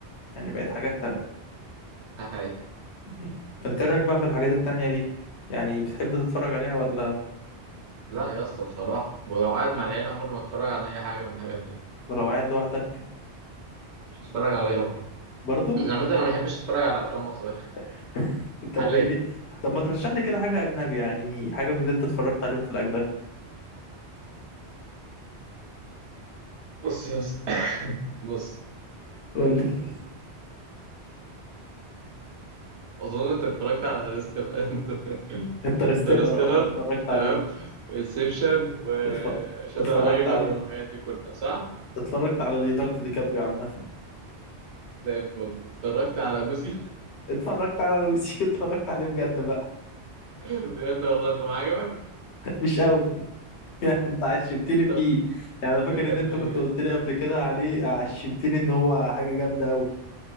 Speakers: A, on the left (about 75°); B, on the right (about 80°).
A: يعني بقت حاجات تانية
B: ده حقيقة
A: م. انت إيه رأيك بقى في الحاجات التانية دي يعني بتحب تتفرج عليها ولا
B: لا يا اسطى بصراحة ولو قاعد مع العيلة عمري ما اتفرج على اي حاجة من الحاجات دي
A: ولو قاعد لوحدك
B: مش هتفرج عليها بره
A: برضو
B: عامة انا ما بحبش اتفرج على افلام مصرية
A: <laughs>
B: <laughs>
A: طب
B: حاليا
A: ايه ليه طب ما ترشح لي كده حاجة أجنبي يعني حاجة من اللي انت اتفرجت عليهم في الأجنبي
B: بص يا اسطى <laughs> <coughs> بص
A: قول لي
B: اظن انت اتفرجت على انترستيلر انت
A: <laughs> انترستيلر
B: انترستيلر
A: اه اتفرجت
B: تمام
A: عليه
B: وانسبشن وشاتر
A: اتفرج اتفرجت
B: ايلاند
A: عليه
B: والحاجات دي كلها صح
A: اتفرجت على ليوناردو دي كابريو عامة
B: زي الفل اتفرجت على لوسي
A: اتفرجت على لويس <laughs> اتفرجت عليه بجد بقى
B: <laughs> بجد والله طب عجبك
A: مش قوي <laughs> يعني انت عشمتني
B: طب
A: فيه يعني انا فاكر
B: ده كان
A: ان انت
B: بي-
A: كنت قلت لي قبل كده عليه عشمتني ان هو حاجه جامده قوي